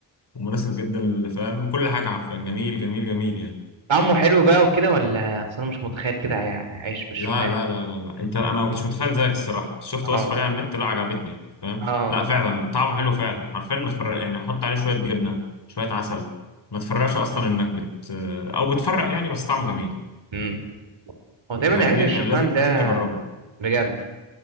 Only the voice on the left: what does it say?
ومناسب جدا اللي فاهم كل حاجة حرفيا جميل جميل جميل يعني
لا لا لا لا لا انت انا ما كنتش متخيل زيك الصراحة بس شفت
وصفة ليه على النت لا عجبتني فاهم
لا فعلا طعمه حلو فعلا حرفيا ما تفرق يعني حط عليه شوية جبنة شوية عسل ما تفرقش اصلا انك بت او بتفرق يعني بس طعمه جميل
انت فاهمني
يعني لازم لازم
تجربه